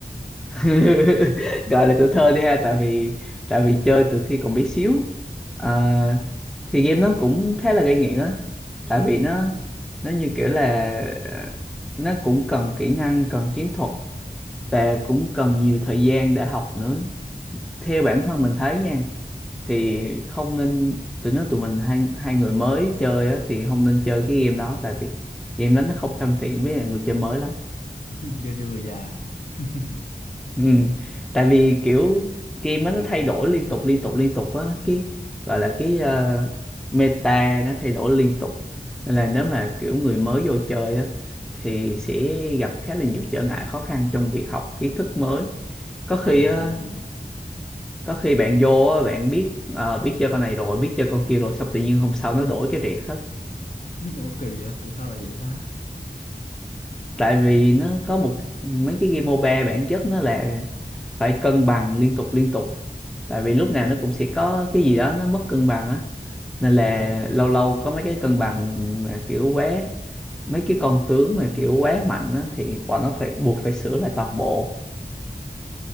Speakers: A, in the centre; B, on the left.
A: <laughs> gọi là tuổi thơ đi ha tại vì tại vì chơi từ khi còn bé xíu à, thì game nó cũng khá là gây nghiện á tại vì nó nó như kiểu là ờ, nó cũng cần kỹ năng cần chiến thuật và cũng cần nhiều thời gian để học nữa theo bản thân mình thấy nha thì không nên tụi nó tụi mình hai hai người mới chơi á thì không nên chơi cái game đó tại vì game đó nó không thân thiện với lại người chơi mới lắm
B: <laughs> game vô người già <laughs>
A: Ừ. Tại vì kiểu game á, nó thay đổi liên tục liên tục liên tục á cái gọi là cái ờ, meta nó thay đổi liên tục nên là nếu mà kiểu người mới vô chơi á thì sẽ gặp khá là nhiều trở ngại khó khăn trong việc học kiến thức mới có khi
B: ồ
A: á có khi bạn vô á bạn biết ờ, biết chơi con này rồi biết chơi con kia rồi xong tự nhiên hôm sau nó đổi cái riệt hết
B: ủa kỳ vậy tại sao lại vậy ta
A: tại vì nó có một mấy cái game MOBA bản chất nó là phải cân bằng liên tục liên tục tại vì lúc nào nó cũng sẽ có cái gì đó nó mất cân bằng á nên là
B: ồ
A: lâu lâu có mấy cái cân bằng mà kiểu quá mấy cái con tướng mà kiểu quá mạnh á thì bọn nó phải buộc phải sửa lại toàn bộ